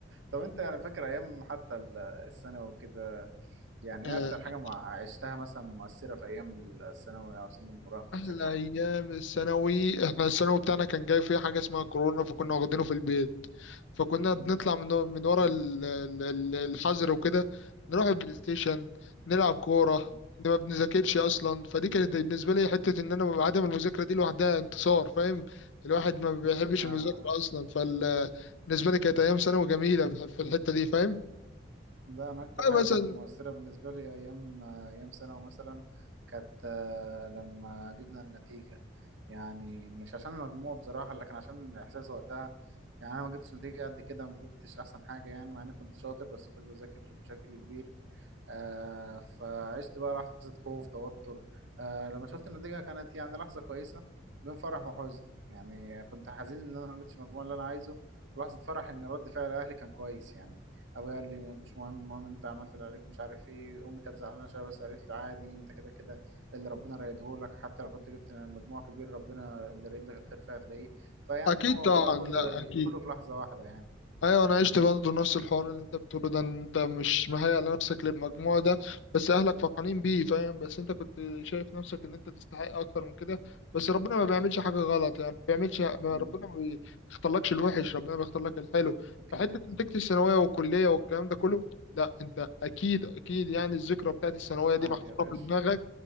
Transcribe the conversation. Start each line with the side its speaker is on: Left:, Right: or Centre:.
Right: طب انت يعني فاكر ايام حتى ال- الثانوي وكده يعني
Left: آه،
Right: ايه اكتر حاجة مع- عشتها مثلا مؤثرة في ايام الثانوي او سن المراهقة
Left: احلى
Right: بشكل عام
Left: ايام الثانوي احنا الثانوي بتاعنا كان جاي فيه حاجه اسمها كورونا فكنا واخدينه في البيت فكنا بنطلع
Right: مم.
Left: من من ورا ال- ال- ال- الحظر وكده نروح البلاي ستيشن نلعب كوره
Right: مم.
Left: إن ما بنذاكرش اصلا فدي كانت بالنسبه لي حته ان انا ببقى عدم المذاكره دي لوحدها انتصار فاهم الواحد ما بيحبش
Right: آه
Left: المذاكره اصلا فبالنسبه لي كانت ايام ثانوي جميله في الحته دي فاهم
Right: لا أنا أكتر
Left: أيوة
Right: حاجة
Left: مثلا
Right: كانت مؤثرة بالنسبة لي أيام أيام ثانوي مثلا كانت آه، لما جبنا النتيجة يعني مش عشان المجموع بصراحة لكن عشان الإحساس وقتها يعني أنا ما جبتش نتيجة قد كده ما جبتش أحسن حاجة يعني مع إني كنت شاطر بس ما كنتش بذاكر بشكل كبير آه فعشت بقى لحظة خوف توتر آه لما شفت النتيجة كانت يعني لحظة كويسة بين فرح وحزن يعني كنت حزين إن أنا ما جبتش المجموع اللي أنا عايزه ولحظة فرح إن رد فعل أهلي كان كويس يعني أبويا قال لي مش مهم المهم أنت عملت اللي عليك ومش عارف إيه أمي كانت زعلانة شوية بس قالت لي عادي أنت كده كده اللي ربنا رايدهولك حتى لو كنت جبت مجموع كبير ربنا اللي رايد لك الخير فهتلاقيه فيعني
Left: أكيد
Right: هو
Left: طبعا
Right: بقى كل
Left: لا أكيد
Right: كله في لحظة واحدة يعني
Left: أيوة أنا عشت برضه نفس الحوار اللي أنت بتقوله ده إن أنت مش مهيأ لنفسك للمجموع ده بس أهلك فرحانين بيه فاهم بس أنت كنت شايف نفسك إن أنت تستحق أكتر من كده بس ربنا ما بيعملش حاجة غلط يعني ما بيعملش ما-
Right: مم،
Left: ربنا ما بيختارلكش الوحش ربنا بيختار لك الحلو
Right: أكيد
Left: فحتة نتيجة الثانوية والكلية والكلام ده كله لا انت اكيد اكيد يعني الذكرى بتاعت الثانويه دي
Right: عادي
Left: محفوره
Right: يا باشا
Left: في دماغك